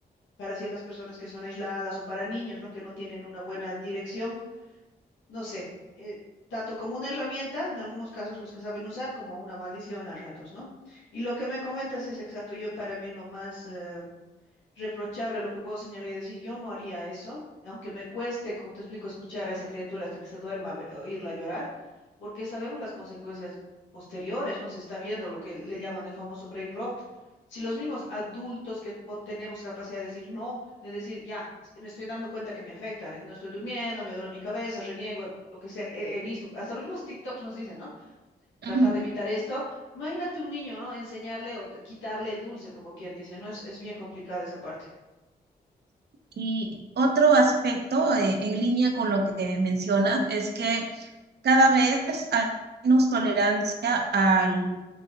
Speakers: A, on the left; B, on the right.
A: para ciertas personas que son aisladas o para niños, ¿no? que no tienen una buena dirección no sé, eh, tanto como una herramienta, en algunos casos los que saben usar, como una maldición a ratos, ¿no? Y lo que me comentas es exacto, yo para mí lo más, eh, reprochable lo que puedo señalar y decir, yo no haría eso, aunque me cueste, como te explico, escuchar a esa criatura hasta que se duerma, ve- oírla llorar, porque sabemos las consecuencias posteriores, ¿no? Se está viendo lo que le llaman el famoso brain rot. Si los mismos adultos que po- tenemos capacidad de decir no, de decir, ya, s- me estoy dando cuenta que me afecta, no estoy durmiendo, me duele mi cabeza, reniego, lo que sea, he, he visto, hasta los mismos TikToks nos dicen, ¿no? Trata
B: <laughs>
A: de evitar esto. Imagínate un niño, ¿no? Enseñarle o de- quitarle el dulce, como quien dice, ¿no? Es, es bien complicada esa parte.
B: Y otro aspecto eh, en línea con lo que mencionas es que cada vez hay menos tolerancia al,